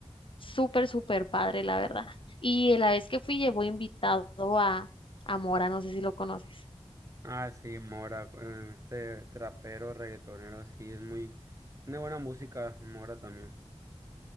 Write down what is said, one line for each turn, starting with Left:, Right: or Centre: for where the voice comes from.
Left: súper, súper padre, la verdad. Y la vez que fui llevó invitado a, a Mora, no sé si lo conoces.
Right: Ah, sí, Mora, eh, este trapero, reggaetonero, sí, es muy... Tiene buena música, Mora también.